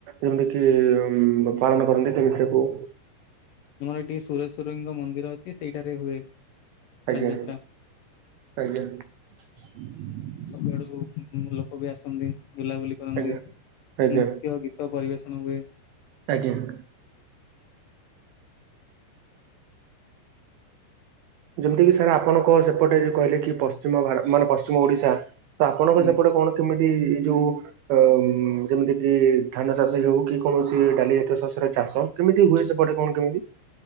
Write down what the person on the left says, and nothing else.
ଆମର ଏଠି ସୁରେଶଵରଙ୍କ ମନ୍ଦିର ଅଛି ସେଇଟାରେ ହୁଏ।
ବାଲିଯାତ୍ରା
ସବୁଆଡ଼ୁ ଲୋକବି ଆସନ୍ତି ବୁଲାବୁଲି କରନ୍ତି
ନୃତ୍ୟ
ଗୀ ତ ପରିବେଷଣ ହୁଏ।
ଆଜ୍ଞା।